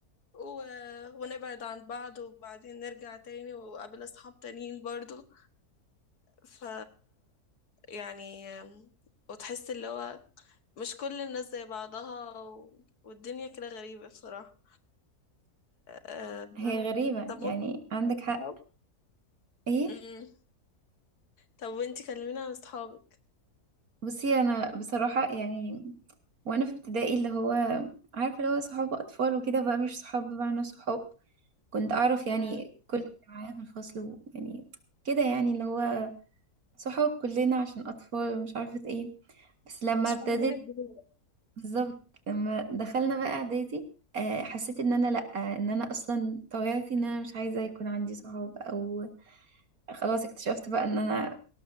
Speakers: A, on the left; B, on the right.
A: و... ونبعد عن بعض وبعدين نرجع تاني وقابل أصحاب تانيين برضو ف يعني وتحس اللي هو مش كل الناس زي بعضها و... والدنيا كده غريبة بصراحة أه...
B: هي غريبة
A: طب
B: يعني
A: وانت
B: عندك
A: أصحاب؟
B: حق ايه
A: أمم. طب وانت كلمينا عن أصحابك
B: بصي انا بصراحة يعني وانا في ابتدائي اللي هو عارفة اللي هو صحاب اطفال وكده بقى مش صحاب بمعنى صحاب كنت اعرف يعني
A: أمم.
B: كل اللي معايا في الفصل ويعني كده يعني اللي هو صحاب كلنا عشان اطفال مش عارفة ايه بس لما
A: مش
B: ابتديت
A: فاهمين الدنيا بقى.
B: بالظبط لما دخلنا بقى اعدادي آه، حسيت ان انا لا ان انا اصلا طبيعتي ان انا مش عايزه يكون عندي صحاب او خلاص اكتشفت بقى ان انا